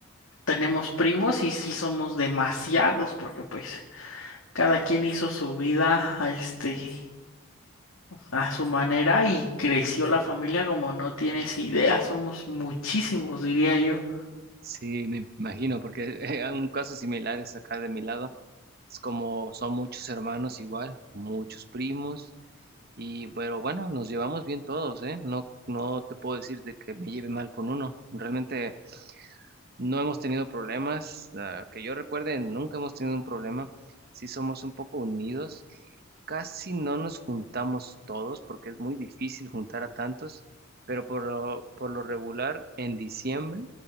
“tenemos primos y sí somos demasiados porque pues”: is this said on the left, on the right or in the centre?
Left